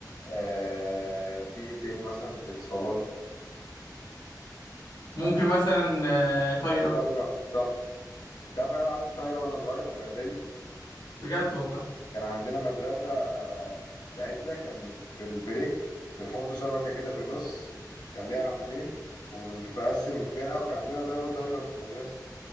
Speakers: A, on the left (about 70°); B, on the left (about 80°).
A: آه في ايه تاني مثلا في الصالات
B: ممكن مثلا آه، طايرة
A: في طايره صح انت عارف انا لعبت طايره وانا صغير في اعدادي
B: بجد والله
A: كان عندنا مدرسه آه، بتاعتنا كان في البريك بنحط شبكه كده في النص كان ليها عمودين وبنقسم فرقه وكان عندنا دوري طايره في المدرسه